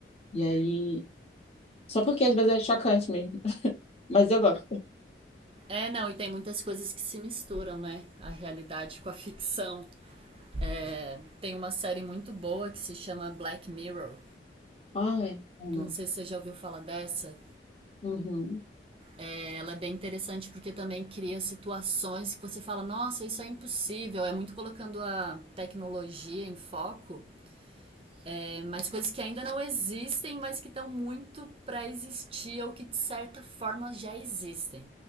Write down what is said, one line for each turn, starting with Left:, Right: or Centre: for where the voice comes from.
Left: E aí. Só porque às vezes é chocante mesmo. Mas eu gosto.
Right: É, não, e tem muitas coisas que se misturam, né? A realidade com a ficção. É, tem uma série muito boa que se chama Black Mirror.
Left: Ai, amo.
Right: Eu Não sei se você já ouviu falar dessa.
Left: Uhum.
Right: É, ela é bem interessante porque também cria situações que você fala, nossa, isso é impossível. É muito colocando a tecnologia em foco É, mas coisas que ainda não existem, mas que estão muito para existir ou que de certa forma já existem.